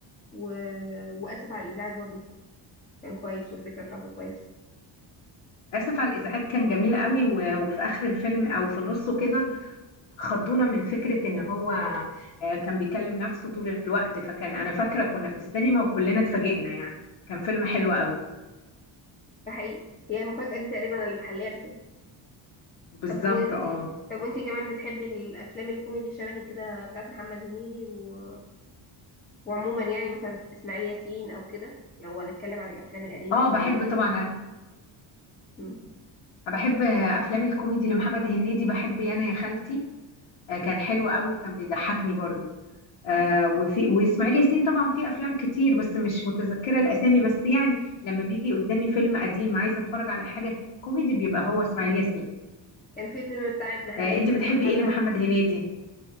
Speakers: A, on the left; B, on the left.
A: و... واسف على الازعاج برضو كان كويس والفكره بتاعته كويسه
B: آسف على الإزعاج كان جميل قوي و... وفي آخر الفيلم أو في نصه كده خضونا من فكرة إن هو آه، كان بيكلم نفسه طول الوقت فكان أنا فاكرة كنا في السينما وكلنا اتفاجئنا يعني كان فيلم حلو قوي
A: ده حقيقي هي المفاجاه دي تقريبا اللي محليه الفيلم
B: بالظبط
A: طب وانتي
B: اه
A: طب وانتي كمان بتحبي الافلام الكوميدي شبهي كده بتاعت محمد هنيدي و... وعموما يعني مثلا اسماعيل ياسين او كده لو هنتكلم عن الافلام القديمه
B: اه
A: او
B: بحب
A: الجديده
B: طبعا
A: او كده
B: أنا
A: مم.
B: بحب أفلام الكوميدي لمحمد هنيدي بحب يانا يا خالتي آه، كان حلو قوي وكان بيضحكني برضو آه، وفي واسماعيل ياسين طبعا في افلام كتير بس مش متذكره الاسامي بس يعني لما بيجي قدامي فيلم قديم عايزه اتفرج على حاجه كوميدي بيبقى هو اسماعيل ياسين
A: كان في فيلم بتاع ابن حميد
B: آه، انت
A: ومع
B: بتحبي
A: احمد
B: ايه لمحمد
A: رمزي
B: هنيدي